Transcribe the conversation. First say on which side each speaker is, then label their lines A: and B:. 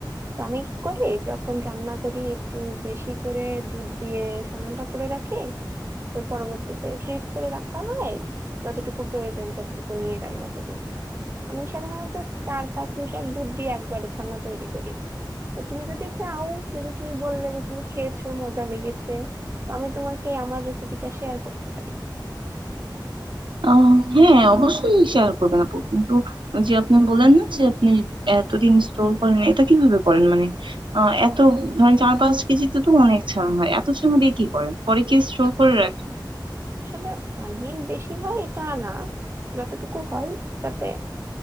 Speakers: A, on the right; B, on the right.
A: তো আমি কি করি যখন রান্না করি একটু বেশি করে দুধ দিয়ে ছানাটা করে রাখি তো পরবর্তীতে ফ্রিজ করে রাখা হয় যতটুকু প্রয়োজন ততটুকু নিয়ে রান্না করি আমি সাধারণত চার পাঁচ লিটার দুধ দিয়ে একবারে ছানা তৈরি করি তো তুমি যদি চাও যেহেতু তুমি বললে যে তুমি খেয়েছো মজা লেগেছে তো আমি তোমাকে আমার রেসিপিটা শেয়ার করতে পারি
B: আহ, হ্যাঁ অবশ্যই শেয়ার করবেন আপু কিন্তু ওই যে আপনি বললেন না যে আপনি এতদিন স্টোর করেন এটা কিভাবে করেন মানে আহ, এত ধরেন চার পাঁচ কেজিতে তো অনেক ছানা হয় এত ছানা দিয়ে কি করেন পরে কি স্টোর
A: না
B: করে রাখেন
A: আসলে অনেক বেশি হয় এটা না যতটুকু হয় তাতে